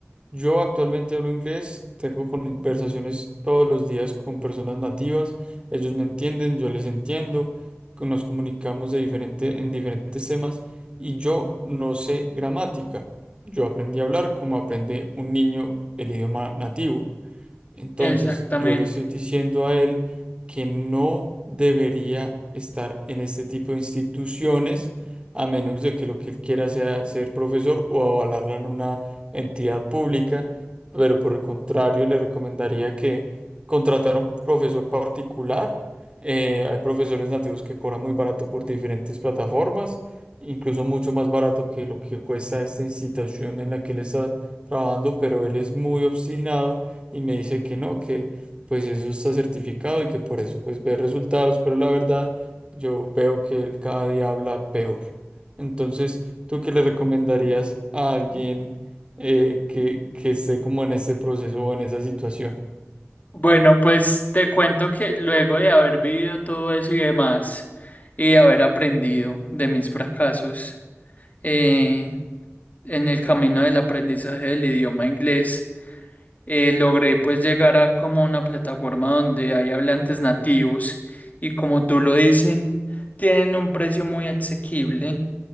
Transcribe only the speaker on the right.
yo actualmente hablo inglés, tengo conversaciones todos los días con personas nativas ellos me entienden, yo les entiendo, que nos comunicamos de diferente, en diferentes temas y yo no sé gramática. Yo aprendí a hablar como aprende un niño el idioma nativo. Entonces,
yo le estoy diciendo a él que no debería estar en este tipo de instituciones, a menos de que lo que él quiera sea ser profesor o avalarlo en una entidad pública, pero por el contrario, le recomendaría que contratara un profesor particular. Eh, hay profesores nativos que cobran muy barato por diferentes plataformas, incluso mucho más barato que lo que cuesta esta institución en la que él está trabajando, pero él es muy obstinado y me dice que no, que pues eso está certificado y que por eso pues ve resultados, pero la verdad yo veo que él cada día habla peor. Entonces, ¿tú qué le recomendarías a alguien eh, que, que esté como en este proceso o en esa situación?